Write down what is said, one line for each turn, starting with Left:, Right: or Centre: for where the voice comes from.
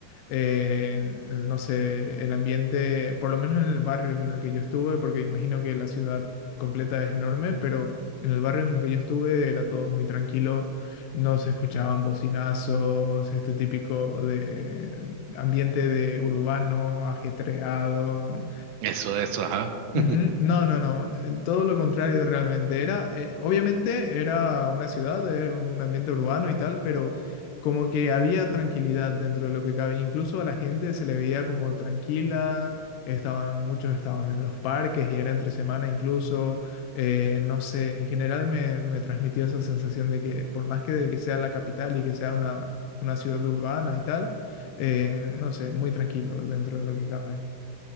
Left: eh, no sé, el ambiente, por lo menos en el barrio en el que yo estuve, porque imagino que la ciudad completa es enorme, pero en el barrio en el que yo estuve era todo muy tranquilo, no se escuchaban bocinazos, este típico de ambiente de urbano, ajetreado.
Right: Eso, eso, ajá.
Left: Ujú,
Right: <laughs>
Left: No, no, no, eh, todo lo contrario realmente. Era, eh, obviamente era una ciudad, eh, un ambiente urbano y tal, pero como que había tranquilidad dentro de lo que cabía. Incluso a la gente se le veía como tranquila, estaban, muchos estaban en los parques y era entre semana incluso. eh, no sé, en general me, me transmitió esa sensación de que por más que, de que sea la capital y que sea una, una ciudad urbana y tal, eh, no sé, muy tranquilo dentro de lo que cabe.